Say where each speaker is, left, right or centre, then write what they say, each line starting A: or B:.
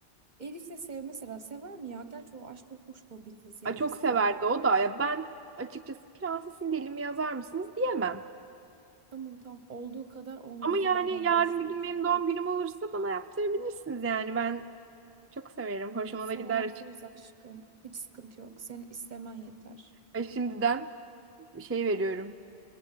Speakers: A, on the right; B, on the right.
A: Elif de sev mesela. Sever mi ya? Gerçi o aşk kuşko bir
B: <laughs>
A: kız yani.
B: Ay çok
A: Sevebilir.
B: severdi o da ya ben açıkçası prensesin dilimi yazar mısınız diyemem.
A: Tamam tamam. Olduğu kadar olmadığı
B: Ama yani
A: da kadar
B: yarın
A: boş olur.
B: bir gün benim doğum günüm olursa bana yaptırabilirsiniz yani ben çok severim. Hoşuma
A: Sana
B: da gider
A: yaptığımız
B: açıkçası.
A: aşkım. Hiç sıkıntı yok. Senin istemen yeter.
B: Ay şimdiden şey veriyorum.